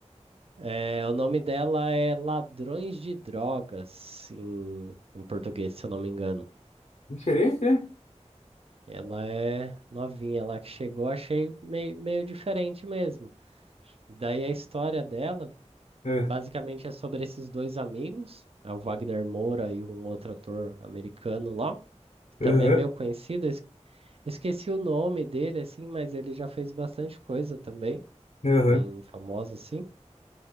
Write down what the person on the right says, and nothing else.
É, o nome dela é Ladrões de Drogas, em, em português, se eu não me engano.
Ela é novinha, ela que chegou, achei meio, meio diferente mesmo. Daí a história dela,
basicamente, é sobre esses dois amigos, é o Wagner Moura e um outro ator americano lá, que também
é meio conhecido. es- Esqueci o nome dele, assim, mas ele já fez bastante coisa também,
bem famoso, assim.